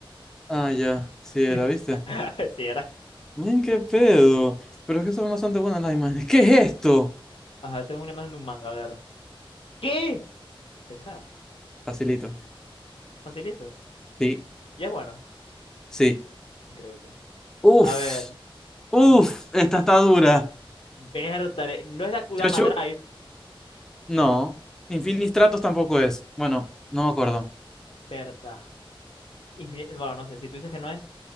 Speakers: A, in the centre; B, on the left.
A: Ah,
B: Ya está.
A: ya, sí era,
B: <laughs>
A: ¿viste?
B: Así era.
A: Miren qué pedo, pero es que son bastante buenas las imágenes. ¿Qué es esto?
B: Ajá, esto es una imagen de un manga, a ver. ¿Qué? Exacto.
A: Facilito,
B: Facilito.
A: sí,
B: Y es bueno.
A: sí.
B: Increíble.
A: Uf,
B: A ver.
A: uf,
B: Uh,
A: esta está dura.
B: Berta, eh, no es de Akudama
A: Yo,
B: Drive,
A: no, Infinistratos tampoco es, bueno, no me acuerdo.
B: Berta. Infini- bueno, no sé, si tú dices que no es.